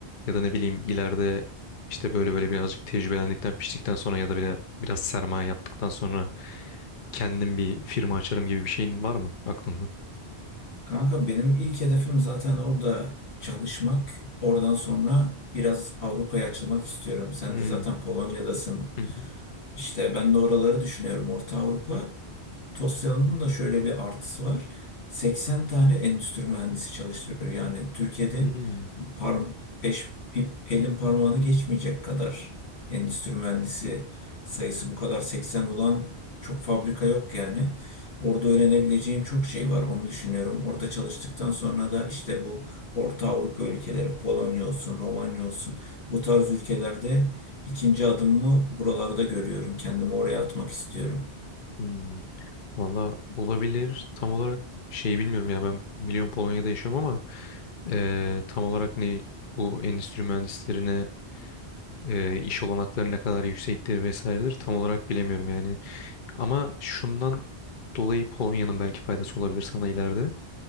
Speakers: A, on the left; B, on the left.
A: Ya da ne bileyim ileride işte böyle böyle birazcık tecrübelendikten, piştikten sonra ya da bile biraz sermaye yaptıktan sonra kendim bir firma açarım gibi bir şeyin var mı aklında?
B: Kanka benim ilk hedefim zaten orada çalışmak. Oradan sonra biraz Avrupa'ya açılmak istiyorum. Sen
A: Hmm.
B: de zaten Polonya'dasın.
A: Hı hı.
B: İşte ben de oraları düşünüyorum. Orta Avrupa. Tosya'nın da şöyle bir artısı var. 80 tane endüstri mühendisi çalıştırıyor. Yani Türkiye'de
A: Hmm.
B: parm beş bir elin parmağını geçmeyecek kadar endüstri mühendisi sayısı bu kadar 80 olan çok fabrika yok yani. Orada öğrenebileceğim çok şey var onu düşünüyorum. Orada çalıştıktan sonra da işte bu Orta Avrupa ülkeleri, Polonya olsun, Romanya olsun bu tarz ülkelerde ikinci adımımı buralarda görüyorum. Kendimi oraya atmak istiyorum.
A: Hmm. Valla olabilir. Tam olarak şey bilmiyorum ya ben biliyorum Polonya'da yaşıyorum ama eee, tam olarak ne bu endüstri mühendislerine eee, iş olanakları ne kadar yüksektir vesairedir tam olarak bilemiyorum yani. Ama şundan dolayı Polonya'nın belki faydası olabilir sana ileride.